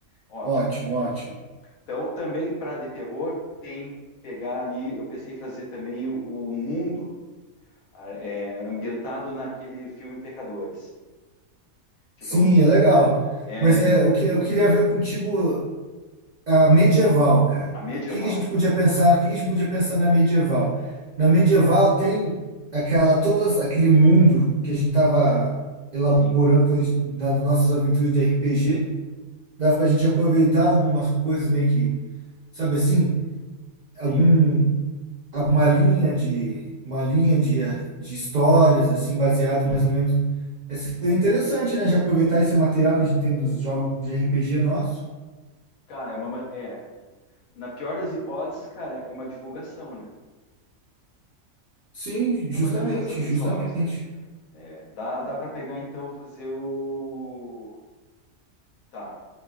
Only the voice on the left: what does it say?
Ótimo.
Então, também para de terror, tem pegar ali, eu pensei em fazer também o, o mundo ah, é, ambientado naquele filme Pecadores. Tipo,
é, um,
é
a medieval.
Sim,
sim,
sim.
Cara, é uma, ma- é, na pior das hipóteses, cara, é uma divulgação, né?
É
uma divulgação dos
jogos, né? É, dá, dá para pegar então fazer o Tá.